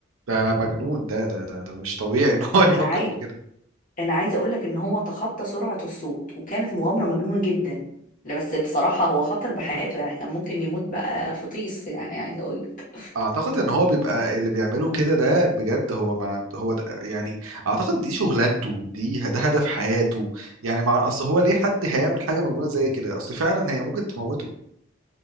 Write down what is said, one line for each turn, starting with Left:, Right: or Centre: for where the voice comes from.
Right: ده مجنون ده ده ده ده مش طبيعي ان هو <laughs> يفكر
Left: أنا عايز
Right: في كده
Left: انا عايزه اقول لك ان هو تخطى سرعه الصوت وكانت مغامره مجنونه جدا لا بس بصراحه هو خطر بحياته يعني كان ممكن يموت بقى في طيس يعني عايزه اقول لك
Right: اعتقد ان هو بيبقى اللي بيعمله كده ده بجد هو ما عند هو ده يعني اعتقد دي شغلانته دي ده هدف حياته يعني مع اصل هو ليه حد هيعمل حاجه مجنونه زي كده اصل فعلا هي ممكن تموته